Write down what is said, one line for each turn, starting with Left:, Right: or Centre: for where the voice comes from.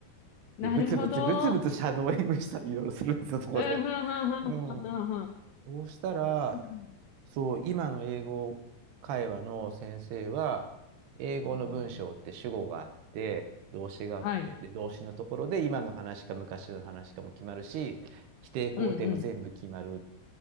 Left: なるほど。
Right: で、ブツブツブツブツシャドーイングしたりいろいろするんですよ、
Left: うん
Right: そこで。
Left: うんうんうん
Right: うん。
Left: うんうん
Right: そうしたら、
Left: すごい。
Right: そう、今の英語会話の先生は、英語の文章って主語があって、
Left: うんうん
Right: 動詞があって、
Left: はい。
Right: で、動詞のところで今の話か昔の話かも決まるし、否定肯定も全部決まる。
Left: うんうん。